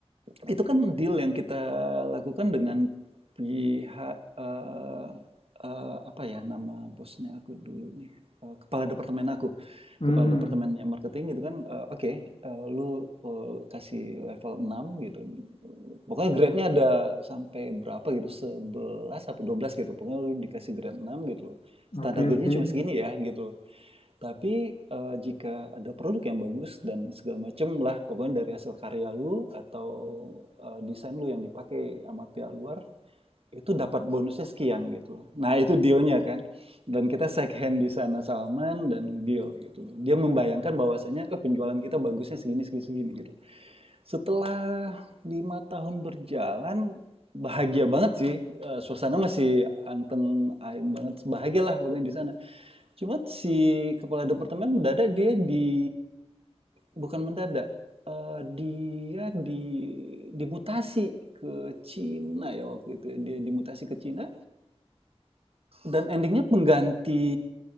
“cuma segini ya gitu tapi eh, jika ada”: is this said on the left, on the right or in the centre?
Right